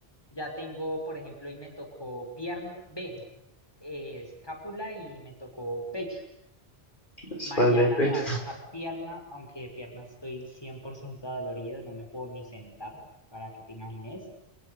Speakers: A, on the left; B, on the left.
A: ya tengo, por ejemplo, hoy me tocó pierna, B, eh, escápula y me tocó pecho.
B: La espalda
A: Mañana
B: y pecho.
A: me va a tocar pierna, aunque de pierna estoy 100% dolorido, no me puedo ni sentar, para que te imagines.